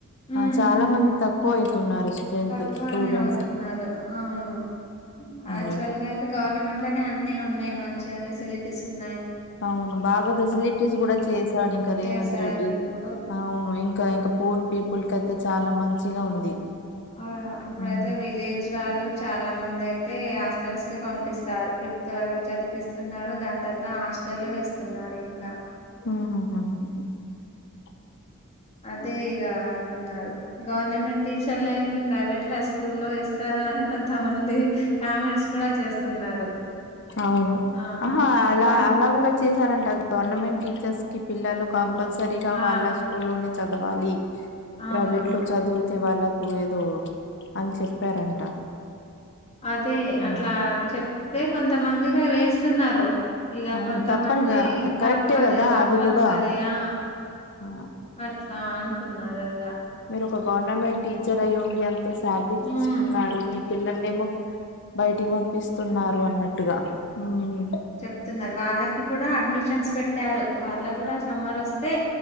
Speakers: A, on the left; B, on the left.
A: ఉమ్
B: ఆ చాలా
A: ఉమ్
B: మంది తక్కువ అయితున్నారు స్ట్రెంత్
A: తక్కువనే
B: స్టూడెంట్స్
A: అవుతున్నారు అవును యాక్చువల్
B: అదే
A: గా అయితే గవర్నమెంట్ లోనే అన్నీ ఉన్నాయి మంచిగా ఫెసిలిటీస్ ఉన్నాయ్
B: అవును బాగా ఫెసిలిటీస్ కూడా చేశాడు ఇంకా రేవంత్
A: చేశారు
B: రెడ్డి
A: ఇప్పుడు
B: అవును ఇంక ఇంకా పూర్ పీపుల్ కయితే చాలా మంచిగా ఉంది
A: ఆ ఇప్పుడైతే
B: ఉమ్
A: విలేజ్ వాళ్ళు చాలా మంది అయితే హాస్టల్స్ కి పంపిస్తారు ఫిఫ్త్ వరకు చదిపిస్తున్నారు దాని తర్వాత హాస్టల్ లో వేస్తున్నారు ఇంకా
B: ఉమ్
A: అదే ఇగ అంటున్నారు గవర్నమెంట్ టీచర్లు అయుండి ప్రైవేట్ లో స్కూల్లో వేస్తారు అని కొంతమంది కామెంట్స్ కూడా చేస్తున్నారు
B: అవును
A: ఆ
B: ఆహా అలా
A: వా
B: అలా కూడా చేశారంట గవర్నమెంట్ టీచర్స్ కి పిల్లలు కంపల్సరీగా
A: ఆ
B: వాళ్ళ స్కూల్లోనే చదవాలి
A: అవును
B: ప్రైవేట్ లో చదివితే వాళ్ళకు ఏదో అని చెప్పారంట
A: అదే
B: ఉమ్.
A: అట్లా చెప్తే కొంతమందిగా వేస్తున్నారు ఇక
B: అవును
A: కొంతమంది
B: తప్పనుగా కరెక్టే
A: తప్పదు
B: కదా
A: కంపల్సరియా
B: అది కూడా ఆ
A: అట్లా అంటున్నారు ఇగ
B: మీరు ఒక గవర్నమెంట్ టీచర్ అయ్యుండి అంత శాలరీ
A: హ్మ్.
B: తీసుకున్నారు మీరు పిల్లల్ నేమో బయటికి పంపిస్తున్నారు అన్నట్టుగా ఉమ్
A: స్తున్నారు వాళ్ళకి కూడా అడ్మిషన్స్ పెట్టారు వాళ్ళ కూడా సమ్మర్ వస్తే